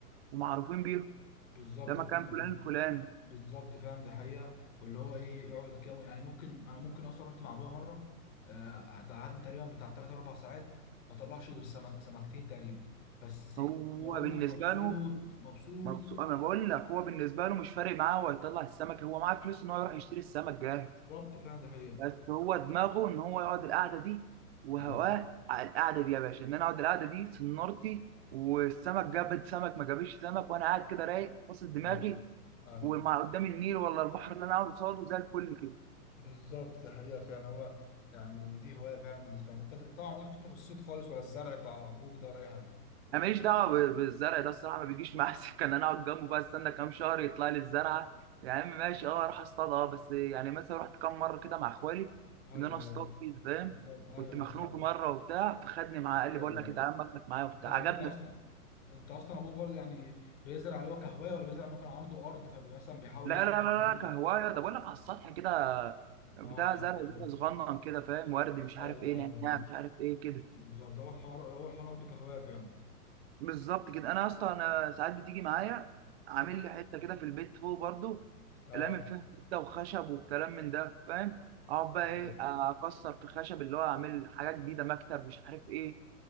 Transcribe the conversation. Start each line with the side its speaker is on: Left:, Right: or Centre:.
Right: ومعروفين بيهم
Left: بالظبط
Right: ده مكان
Left: فعلا
Right: فلان الفلاني
Left: بالظبط فعلا دي حقيقه واللي هو ايه يقعد كام يعني ممكن انا ممكن اصلا رحت مع ابويا مره آه، قعدنا تقريبا بتاع 3 4 ساعات ما طلعش غير سمك... سمكتين تقريبا بس
Right: هو
Left: مروح
Right: بالنسبه
Left: مبسوط
Right: له
Left: مبسوط
Right: مبسوط انا بقول لك هو بالنسبه له مش فارق معاه هو يطلع السمك هو معاه فلوس ان هو يروح يشتري السمك جاهز
Left: بالظبط فعلا دي حقيقه
Right: بس هو دماغه ان هو يقعد القعده دي وهواه
Left: ايوه
Right: على القعده دي يا باشا ان انا اقعد القعده دي سنارتي والسمك جابت سمك ما جابش سمك وانا قاعد كده رايق واصل دماغي
Left: ايوه ايوه
Right: وما قدام النيل ولا البحر اللي انا اقعد قصاده زي الفل كده
Left: بالظبط ده حقيقة فعلا هو يعني دي هواية فعلا بالنسبة لي انت انت ما عملكش انت في الصيد خالص ولا الزرع بتاع ابوك ده ولا اي حاجة
Right: انا ماليش دعوه ب- بالزرع ده الصراحه ما بيجيش معايا <laughs> سكه ان انا اقعد جنبه بقى استنى كام شهر يطلع لي الزرعه يا عم ماشي اه اروح اصطاد اه بس يعني مثلا رحت كام مره كده مع اخوالي
Left: ايوه
Right: ان انا
Left: ايوه
Right: اصطاد فيه فاهم
Left: بالظبط ايوه
Right: كنت
Left: بالظبط
Right: مخنوق مره وبتاع فخدني معاه قال
Left: ايوه
Right: لي بقول لك
Left: ايوه
Right: إيه، تعالى اما اخدك معايا وبتاع
Left: انت انت
Right: عجبني
Left: اصلا انت اصلا ابوك برضه يعني بيزرع اللي هو كهوايه ولا بيزرع انه كان عنده ارض فمثلا بيحاول
Right: لا
Left: يزرع
Right: لا لا
Left: في البيت
Right: لا كهوايه ده بقول لك على السطح كده
Left: اه
Right: بتاع زرع
Left: آه.
Right: زرع صغنن كده فاهم ورد مش
Left: ايوه
Right: عارف ايه نعناع
Left: ايوه ايوه
Right: مش عارف ايه كده
Left: بالظبط ده هو الحوار هو الحوار واخده كهوايه فعلا
Right: بالظبط كده انا اصلا انا ساعات بتيجي معايا عامل
Left: مم.
Right: لي حته كده في البيت فوق برضو
Left: اه
Right: لامم فيها كده وخشب والكلام من ده فاهم اقعد بقى
Left: ايوه
Right: ايه اكسر في خشب اللي هو اعمل حاجات جديده مكتب مش عارف ايه